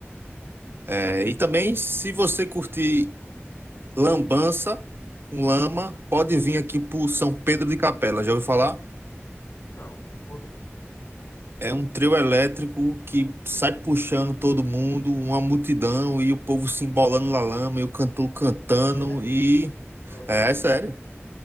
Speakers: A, on the right (about 50°); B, on the left (about 60°).
A: É, e também, se você curtir lambança com lama, pode vir aqui pro São Pedro de Capela. Já ouviu falar?
B: não, nunca ouvi.
A: É um trio elétrico que sai puxando todo mundo, uma multidão, e o povo se embolando na lama, e o cantor cantando,
B: <laughs> Sério?
A: e...
B: Que Loucura.
A: É, é sério.